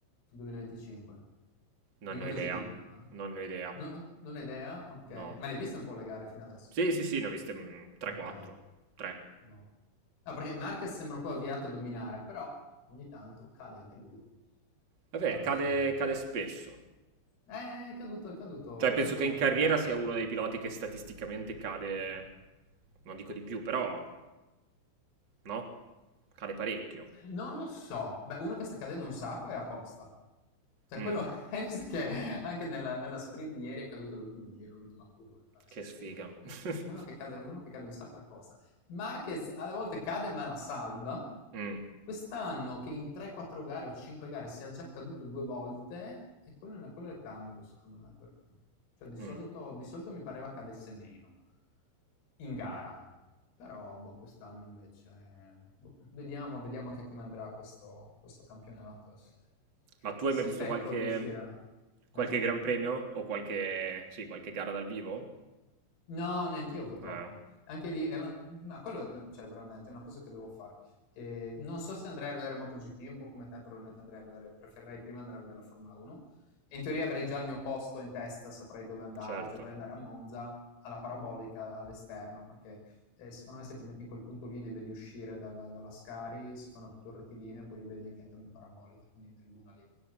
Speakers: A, on the left; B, on the right.
A: 2025.
B: Non
A: Di MotoGP,
B: ne ho idea.
A: intendo, eh?
B: Non ne ho idea.
A: No, non ho idea, ok.
B: No.
A: Ma le hai viste un po' le gare fino adesso?
B: Sì, sì, sì, ne ho viste mm, 3-4.
A: Ok.
B: 3.
A: Boh. No, perché Marquez sembra poi avviato a dominare, però ogni tanto cade anche lui,
B: Vabbè,
A: fa le
B: cade,
A: sue...
B: cade spesso.
A: Eh, è caduto, è caduto
B: Cioè, penso
A: già due
B: che
A: volte
B: in carriera
A: quindi quest'anno.
B: sia uno dei piloti che statisticamente cade... Non dico di più, però... No? Cade parecchio.
A: Non lo so. Beh, uno che sta cadendo un sacco è Acosta. Cioè
B: Mm,
A: quello <laughs> hai visto che anche nella, nella sprint di ieri è caduto all'ultimo giro, l'ultima curva, mi pare, si
B: che
A: è
B: sfiga.
A: steso.
B: <laughs>
A: Uno che cade, uno che cade un sacco è Acosta. Marquez alle volte cade ma la salva.
B: Mm,
A: Quest'anno che in 3-4 gare o 5 gare sia già caduto due volte, e quello, quello è tanto secondo me per lui. Cioè di solito,
B: mm.
A: di solito mi pareva cadesse meno in gara. Però boh, quest'anno invece boh, vediamo, vediamo anche come andrà questo, questo campionato e se,
B: Ma tu
A: e
B: hai
A: se
B: mai visto
A: Pecco
B: qualche,
A: riuscirà.
B: qualche
A: eh?
B: Gran Premio? O qualche, sì, qualche gara dal vivo?
A: No, neanch'io purtroppo.
B: Eh,
A: Anche lì è una mhmm, ma quello, mhmm, cioè veramente è una cosa che devo fare. Ehm, non so se andrei a vedere MotoGP, un po' come te probabilmente andrei a vedere preferirei prima andare a vedere la Formula 1 e in teoria avrei già il mio posto in testa, saprei dove andare,
B: certo.
A: cioè vorrei andare a Monza, alla parabolica, all'esterno, perché, ehm, secondo me se ti metti in quel punto lì, li vedi uscire dal dalla Scari, si fanno tutto rettilineo, poi li vedi che entrano in parabolica, quindi in tribuna lì.